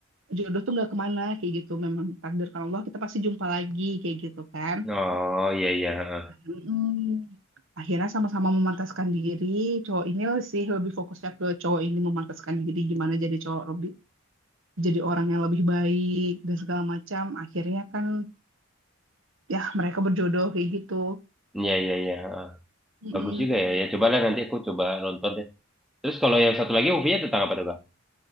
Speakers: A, on the right; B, in the centre.
A: jodoh tuh nggak kemana kayak gitu. Memang takdirkan Allah kita pasti jumpa lagi kayak gitu kan.
B: Oh, iya iya, heeh.
A: Mm. Akhirnya sama-sama memantaskan diri. Cowok ini sih lebih fokusnya ke cowok ini memantaskan diri gimana jadi cowok lebih jadi orang yang lebih baik dan segala macam. Akhirnya kan ya mereka berjodoh kayak gitu.
B: Iya iya iya, heeh.
A: Mm-mm.
B: Bagus juga ya. Ya cobalah nanti aku coba nonton deh. Terus kalau yang satu lagi movie-nya tentang apa tuh, Kak?